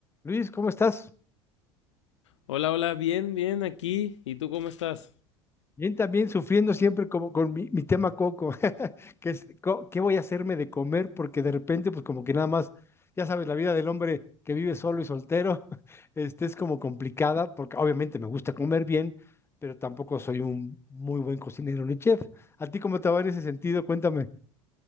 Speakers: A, on the left; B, on the left.
A: Luis, ¿cómo estás?
B: Hola, hola, bien, bien, aquí. ¿Y tú cómo estás?
A: Bien, también sufriendo siempre como con mi, mi tema coco, <laughs> que es co- qué voy a hacerme de comer, porque de repente, pues como que nada más, ya sabes, la vida del hombre que vive solo y soltero, <laughs> este es como complicada, porque obviamente me gusta comer bien, pero tampoco soy un muy buen cocinero ni chef. ¿A ti cómo te va en ese sentido? Cuéntame.